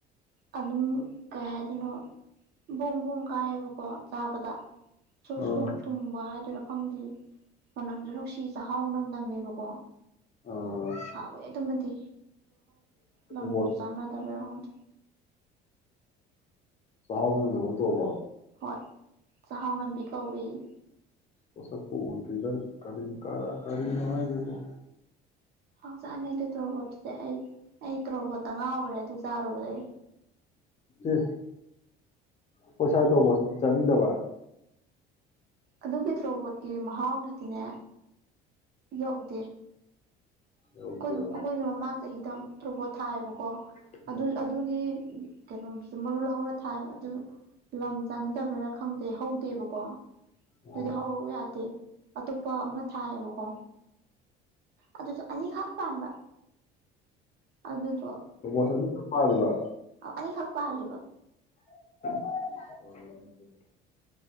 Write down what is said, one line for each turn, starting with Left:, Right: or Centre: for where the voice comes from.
Right: ꯑꯗꯨꯝ ꯀꯩ ꯍꯥꯏꯗꯣꯏꯅꯣ ꯕꯣꯡ ꯕꯣꯡ ꯀꯥꯏꯑꯦꯕꯀꯣ ꯆꯥꯕꯗ ꯁꯨ
Left: ꯑꯥ
Right: ꯁꯨ ꯇꯨꯝꯕ ꯍꯥꯏꯗꯨꯔ ꯈꯪꯗꯤꯌꯦ ꯃꯅꯝꯖꯦ ꯅꯨꯡꯁꯤ ꯆꯥꯎ ꯐꯥꯕ ꯅꯝꯃꯦꯕꯥꯀꯣ
Left: ꯑꯥ
Right: ꯍꯥꯎꯌꯦ ꯑꯗꯨꯃꯗꯤ ꯉꯝꯗꯦ
Left: ꯔꯣꯕꯣꯠ
Right: ꯆꯥꯟꯅꯗꯕꯩꯔ <inaudible>
Left: ꯆꯥꯍꯥꯎ ꯃꯅꯝ ꯅꯝꯃ ꯇꯣꯛꯑꯕꯣ
Right: ꯍꯣꯏ ꯆꯥꯍꯥꯎꯅꯝꯕꯤ ꯀꯧꯌꯦꯌꯦ
Left: ꯃꯁꯛꯄꯨ ꯎꯗ꯭ꯔꯤꯗ ꯀꯔꯤ ꯀꯅꯥ ꯀꯔꯤꯅꯣ ꯍꯥꯏꯁꯤꯕꯣ
Right: ꯍꯥꯎ ꯆꯥꯅꯤ ꯑꯗꯨ ꯇ꯭ꯔꯣꯕꯣꯠꯇꯨꯗꯤ ꯑꯩ ꯑꯩ ꯇ꯭ꯔꯣꯕꯣꯠꯇ ꯉꯥꯎꯒ꯭ꯔꯦ ꯑꯗꯨ ꯆꯥꯔꯨꯕꯗꯒꯤ
Left: ꯑꯦ ꯈꯣꯏꯁꯥꯏ ꯇꯧꯕ ꯆꯥꯅꯤꯡꯗꯕ
Right: ꯑꯗꯨꯒꯤ ꯇ꯭ꯔꯣꯕꯣꯠꯀꯤ ꯃꯍꯥꯎꯗꯨ ꯗꯤꯅꯦ ꯌꯧꯗꯦ
Left: ꯌꯧꯗꯦꯕ
Right: ꯈꯣꯏ ꯑꯩꯈꯣꯏꯖꯨ ꯃꯃꯥꯡ ꯆꯍꯤꯗ ꯇ꯭ꯔꯨꯣꯕꯣꯠ ꯊꯥꯏꯑꯦꯕꯀꯣ
Left: ꯑꯥ
Right: ꯑꯗꯨ ꯑꯗꯨꯒꯤ ꯀꯩꯅꯣꯗꯨꯖꯨ ꯃꯔꯨ ꯂꯧꯍꯧꯔ ꯊꯥꯏꯕ ꯑꯗꯨ ꯂꯝ ꯆꯥꯟꯅꯗꯕꯩꯔ ꯈꯪꯗꯦ ꯍꯧꯗꯦꯕꯀꯣ
Left: ꯑꯥ
Right: ꯑꯗꯨꯗꯤ ꯍꯧꯔꯧꯎ ꯌꯥꯗꯦ ꯑꯇꯣꯞꯄ ꯑꯃ ꯊꯥꯏꯑꯦꯕꯀꯣ ꯑꯗꯨꯁꯨ ꯑꯅꯤꯈꯛ ꯄꯥꯟꯕ ꯑꯗꯨ
Left: ꯇ꯭ꯔꯣꯕꯣꯠ ꯑꯅꯤꯈꯛ ꯄꯥꯜꯂꯤꯕ
Right: ꯑꯥ ꯑꯅꯤꯈꯛ ꯄꯥꯜꯂꯤꯕ
Left: <unintelligible>